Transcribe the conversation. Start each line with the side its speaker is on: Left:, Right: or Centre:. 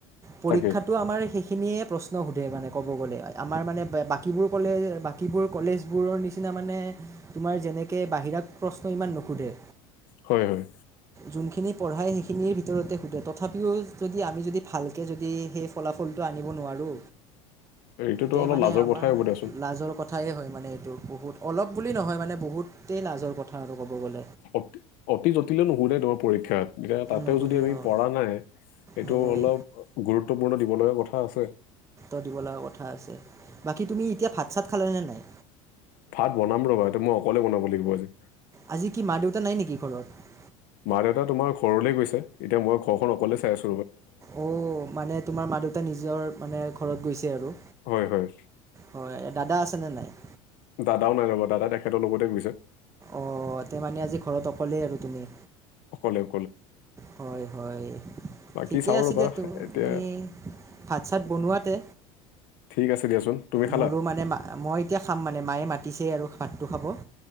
Right: পৰীক্ষাতো
Left: তাকে
Right: আমাৰ সেইখি- খিনিয়ে প্ৰশ্ন সোধে মানে ক'ব গ'লে আমাৰ মানে বাকীবোৰ কলেজ বাকীবোৰ কলেজবোৰৰ নিচিনা মানে তোমাৰ যেনেকে বাহিৰাক প্ৰশ্ন ইমান নোশুধে।
Left: হয় হয়।
Right: যোনখিনি পঢ়াই শেষ খিনিৰ ভিতৰতে শুধে তথাপিও যদি আমি যদি ভালকে যদি সেই ফলাফলটো আনিব নোৱাৰো।
Left: এইটোতো
Right: তে
Left: অলপ
Right: মানে
Left: লাজৰ
Right: আমাৰ
Left: কথাই হ'ব দিয়াচোন
Right: লাজৰ কথাই হয় মানে। এইটো বহুত অলপ বুলি নহয় মানে বহুতেই লাজৰ কথা আৰু ক'ব গ'লে।
Left: অ অতি জটিল নুশুধে ধৰ তোমাৰ পৰীক্ষাত এতিয়া তাতেও
Right: নুসোধে
Left: যদি আমি
Right: অঁ
Left: পঢ়া নাই এইটো
Right: সেয়াই
Left: অলপ গুৰুত্বপূৰ্ণ দিব লগা কথা আছে।
Right: শুনিবলগীয়া কথা আছে। বাকী তুমি এতিয়া ভাত চাত খালে নে নাই?
Left: ভাত বনাম ৰ'বা এটো মই অকলে বনাব লাগিব আজি।
Right: আজি কি মা দেউতা নাই নেকি ঘৰত?
Left: মা দেউতা তোমাৰ ঘৰলৈ গৈছে এতিয়া মই ঘৰখন অকলে চাই আছোঁ।
Right: অ মানে তোমাৰ মা দেউতা নিজৰ মানে ঘৰত গৈছে আৰু।
Left: হয় হয়
Right: হয় দাদা আছে নে নাই?
Left: দাদাও নাই ৰবা দাদা তেখেতৰ লগতে গৈছে।
Right: অ তে মানে আজি ঘৰত অকলেই আৰু তুমি।
Left: অকলে অকলে
Right: হয় হয়।
Left: বাকী
Right: ঠিকেই
Left: চাওঁ
Right: আছিল
Left: ৰ'বা
Right: দে তো
Left: এতিয়া
Right: এই ভাত চাত বনোৱাতে
Left: ঠিক আছে দিয়াচোন তুমি খালা
Right: মোৰো মানে মই এতিয়া খাম মানে মায়ে মাতিছেই আৰু ভাতটো খাব।